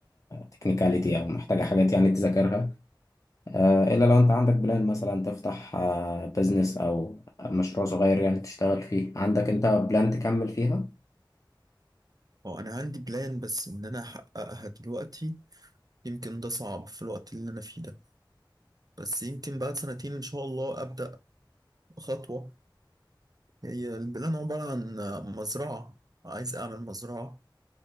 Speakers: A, on the left; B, on the right.
A: تكنيكاليتي أو محتاجة حاجات يعني تذاكرها آه، إلا لو أنت عندك بلان مثلا تفتح بزنس أو مشروع صغير يعني تشتغل فيه عندك أنت بلان تكمل فيها
B: اه انا عندي بلان بس ان انا احققها دلوقتي يمكن ده صعب في الوقت اللي انا فيه ده بس يمكن بعد سنتين ان شاء الله ابدا خطوه هي البلان عباره عن مزرعه عايز اعمل مزرعه